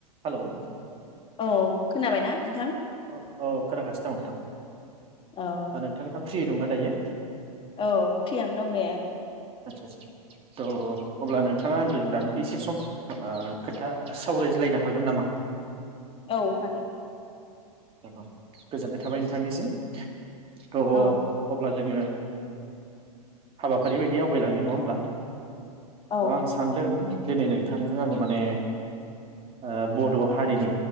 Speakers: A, on the right; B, on the left.
A: Hello
B: औ खोनाबायना नोंथां
A: ओ औ खोनागासिनो दं नोंथां
B: औ
A: ओ नोंथाङा फ्रि दंना दायो
B: औ फ्रियानो दं दे
A: <unintelligible> थ' अब्ला नोंथाङा आंजों दान्दिसे सम ओ खोथा सावरायज्लायनो हागोन नामा?
B: औ हागोन
A: ओ गोजोननाय थाबाय नोंथांनिसिम। थ'
B: औ
A: अब्ला जोङो हाबाफारि बायदि आवगायलांनि नङा होमबा?
B: औ
A: ओ आं सानदों दिनै नोंथांजों आङो माने ओ बड' हारिनि